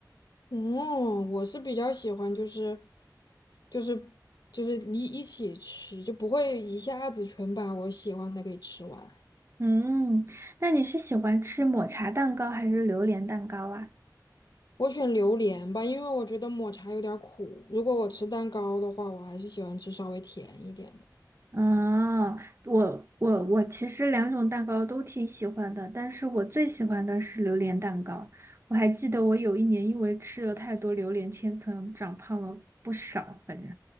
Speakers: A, on the left; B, on the right.
A: 嗯，我是比较喜欢就是就是就是一一起吃，就不会一下子全把我喜欢的给吃完。
B: 嗯，那你是喜欢吃抹茶蛋糕还是榴莲蛋糕啊？
A: 我选榴莲吧，因为我觉得抹茶有点儿苦。如果我吃蛋糕的话，我还是喜欢吃稍微甜一点的。
B: 啊，我我我其实两种蛋糕都挺喜欢的，但是我最喜欢的是榴莲蛋糕。我还记得我有一年因为吃了太多榴莲千层，长胖了不少，反正。